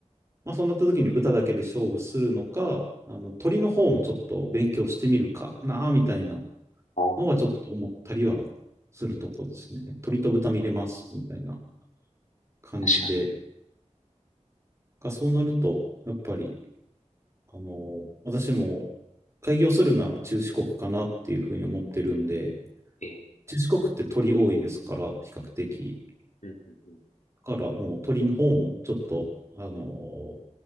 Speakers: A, on the right (about 20°); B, on the left (about 80°).
A: まあそうなった時に豚だけで勝負するのか、あの鳥の方もちょっと勉強してみるかなあみたいな
B: ああ、
A: のはちょっと思ったりはするとこですね。鳥と豚見れますみたいな感じで。
B: 確かに、
A: がそうなると、やっぱり、あの、私も開業するなら中四国かなっていうふうに思ってるんで、
B: ええ、
A: 中四国って鳥多いですから、比較的。
B: うん。うん。うん。うん
A: だからもう鳥の方もちょっと、あの、